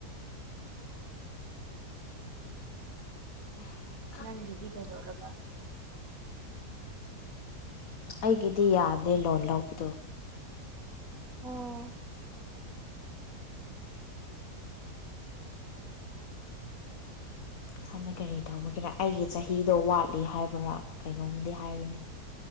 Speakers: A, on the left; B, on the right.
A: ꯎꯝ
B: ꯅꯪꯒꯤꯗꯤ ꯀꯩꯗꯧꯔꯕ
A: ꯑꯩꯒꯤꯗꯤ ꯌꯥꯗꯦ ꯂꯣꯟ ꯂꯧꯕꯗꯣ
B: ꯑꯣ
A: ꯍꯥꯟꯅ ꯀꯔꯤ ꯇꯧꯕꯒꯤꯔ ꯑꯩꯒꯤ ꯆꯍꯤꯗꯣ ꯋꯥꯠꯂꯤ ꯍꯥꯏꯕ꯭ꯔꯥ ꯀꯩꯅꯣꯝꯃꯗꯤ ꯍꯥꯏꯕꯅꯦ